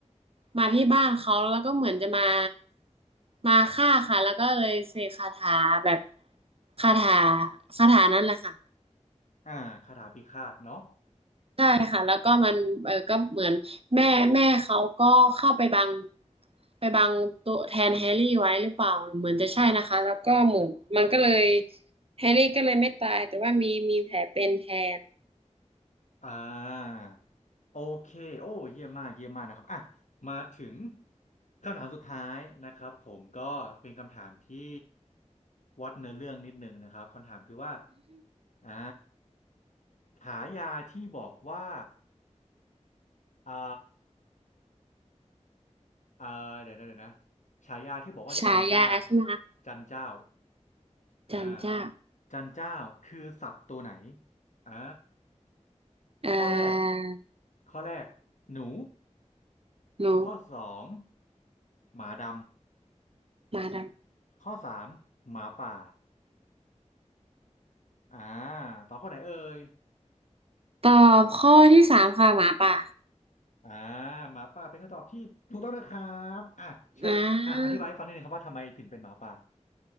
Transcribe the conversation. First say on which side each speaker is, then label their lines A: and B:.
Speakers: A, on the right; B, on the left.
A: มาที่บ้านเขาแล้วก็เหมือนจะมามาฆ่าค่ะแล้วก็เลยเสกคาถาแบบคาถาคาถานั้นแหละค่ะ
B: อ่าคาถาพิฆาตเนาะ
A: ใช่ค่ะแล้วก็มันเออก็เหมือนแม่แม่เขาก็เข้าไปบังไปบังตัวแทนแฮร์รี่ไว้หรือเปล่าเหมือนจะใช่นะคะแล้วก็เหมือนมันก็เลยแฮร์รี่ก็เลยไม่ตายแต่ว่ามีมีแผลเป็นแทน
B: อ่าโอเคโอ้เยี่ยมมากเยี่ยมมากนะครับอ่ะมาถึงคำถามสุดท้ายนะครับผมก็เป็นคำถามที่วัดเนื้อเรื่องนิดหนึ่งนะครับคำถามคือว่าอ่าฉายาที่บอกว่าอ่า เออเดี๋ยวนะเดี๋ยวนะฉายาที่บอกว่าจันเจ้า
A: <laughs> ฉายาใช่ไหมคะ
B: จันเจ้าอ่า
A: จันเจ้า
B: จันเจ้าคือสัตว์ตัวไหนอ่า
A: เอ่
B: ข้อแรก
A: อ
B: ข้อแรกหนู
A: นก
B: ข้อสองหมาด
A: หมาด
B: ำข้อสามหมาป่าอ่าต่อบข้อไหนเอ่ย
A: ำตอบข้อที่สามค่ะหมาป่า
B: อ่าหมาป่าเป็นคำตอบที่ถูกต้องนะครับอ่ะเชิญอ่ะอธิบายให้ฟังนิดนึงครับว่าทำไมถึงเป็นหมาป่า
A: อ่า